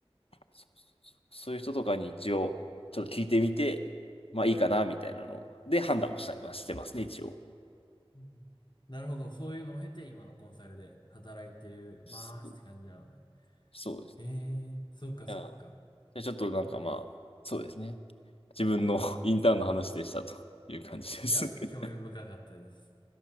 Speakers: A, on the left (about 70°); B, on the left (about 50°).
A: そそそういう人とかに一応、ちょっと聞いてみて、まあいいかな、みたいなのをで判断をしたりはしてますね、一応。
B: うんなるほど。そういうのを経て今のコンサルで働いてますって感じなのね。
A: そうそうです。
B: へえ、そっかそっか。
A: あ、じゃあちょっとなんかまあ、そうですね。自分の <laughs> インターンの話でしたという感じです。
B: いや、
A: <laughs>
B: 興味深かったです。